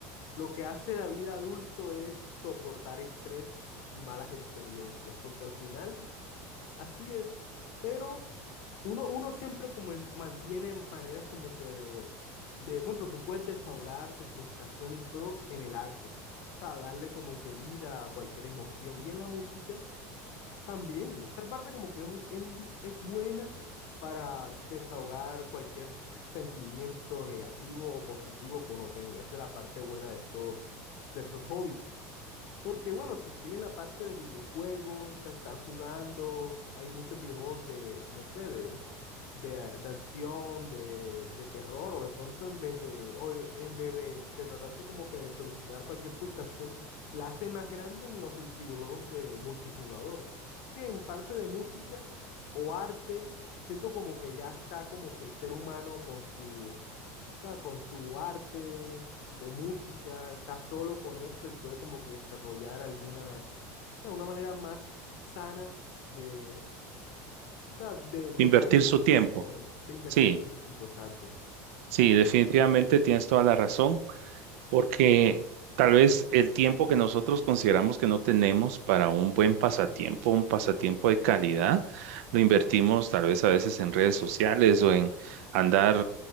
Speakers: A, on the left; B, on the right.
A: lo que hace la vida adulto es soportar estrés y malas experiencias, porque al final así es. Pero Uno, uno siempre como en- mantiene maneras como que de, de, bueno, pero tú puedes desahogar tu frustración y todo en el arte, o sea, darle como que vida a cualquier emoción y en la música también, esa parte como que es, un- es, un- es buena para desahogar cualquier sentimiento negativo o positivo que uno tenga, esa es la parte buena de estos, de estos hobbies. Porque bueno, si estoy en la parte de videojuegos, a estar jugando, hay muchos videojuegos de, no sé, de, de, de acción, de, de terror, o de pronto en vez de, o de- en vez de, de tratarte como que de solucionar cualquier frustración, la hace más grande en los ju- videojuegos de multijugador. Así que en parte de música o arte, siento como que ya está como que el ser humano con su, o sea, con su arte de música, está solo con eso y puede como que desarrollar alguna, o sea, una manera más sana de, o sea, de, de
B: Invertir
A: salir las
B: su
A: frustraciones,
B: tiempo.
A: de invertir
B: Sí,
A: su tiempo, exacto.
B: sí, definitivamente tienes toda la razón. porque tal vez el tiempo que nosotros consideramos que no tenemos para un buen pasatiempo, un pasatiempo de calidad, lo invertimos tal vez a veces en redes sociales o en andar